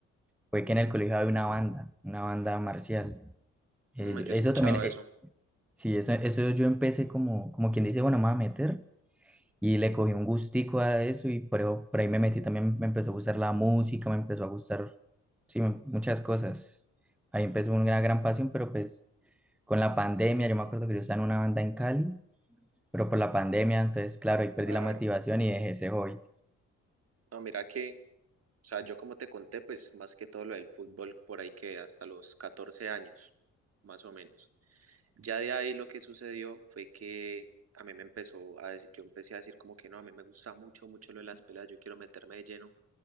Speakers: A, in the centre; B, on the right.
A: fue que en el colegio había una banda, una banda marcial. Eh,
B: Mm,
A: yo-
B: yo
A: eso
B: he escuchado
A: también,
B: eso.
A: eh, sí, eso, eso yo empecé como, como quien dice, bueno, me voy a meter. Y le cogí un gustico a eso y por, eso- por ahí me metí también, me empezó a gustar la música, me empezó a gustar, sí, me- muchas cosas. Ahí empezó una gran pasión, pero pues con la pandemia, yo me acuerdo que yo estaba en una banda en Cali pero por la pandemia, entonces, claro, ahí perdí
B: Claro.
A: la motivación y dejé ese hobby.
B: No, mira que, o sea, yo como te conté, pues más que todo lo del fútbol, por ahí que hasta los 14 años, más o menos. Ya de ahí lo que sucedió fue que a mí me empezó a decir, yo empecé a decir como que no, a mí me gusta mucho, mucho lo de las peladas, yo quiero meterme de lleno